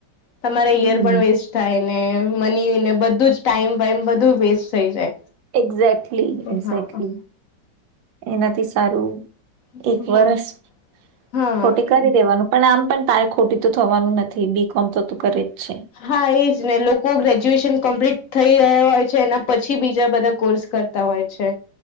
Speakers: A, on the left; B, on the right.
A: તમારે ઈયર
B: હમ
A: પણ વેસ્ટ થાય મની ને બધું જ ટાઈમ વાાઈમ બધું વેસ્ટ થઈ જાય
B: એક્ઝેક્ટલી એક્ઝેક્ટલી
A: હા
B: એનાથી સારું
A: હા
B: એક વરષ
A: હા
B: ખોટી કરી
A: એ
B: દેવાનું પણ આમ પણ તારે ખોટી તો થવાનું નથી બી કોમ તો કરે જ છે
A: હા એજ ને લોકો ગ્રેજ્યુએશન કમ્પ્લીટ થઈ રહ્યા હોય છે એના પછી બીજા બધા કોર્સ કરતા હોય છે